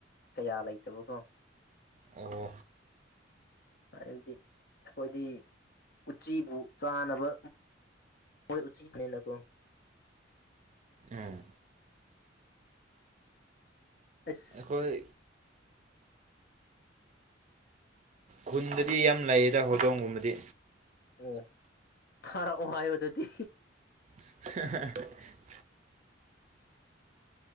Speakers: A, on the left; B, on the right.
A: ꯀꯌꯥ ꯂꯩꯇꯕꯀꯣ
B: ꯑꯣ
A: ꯍꯥꯏꯕꯗꯤ ꯑꯩꯈꯣꯏꯗꯤ ꯎꯆꯤꯕꯨ ꯆꯥꯅꯕ ꯍꯣꯏ ꯎꯆꯤꯁꯤꯅꯦꯅꯀꯣ
B: ꯎꯝ
A: ꯑꯁ
B: ꯑꯩꯈꯣꯏ ꯈꯨꯟꯗꯗꯤ ꯌꯥꯝ ꯂꯩꯌꯦꯗ ꯍꯧꯗꯣꯡꯒꯨꯝꯕꯗꯤ
A: ꯑꯣ ꯊꯥꯔꯛꯑꯣ ꯍꯥꯏꯌꫭꯗꯨꯗꯤ
B: <unintelligible>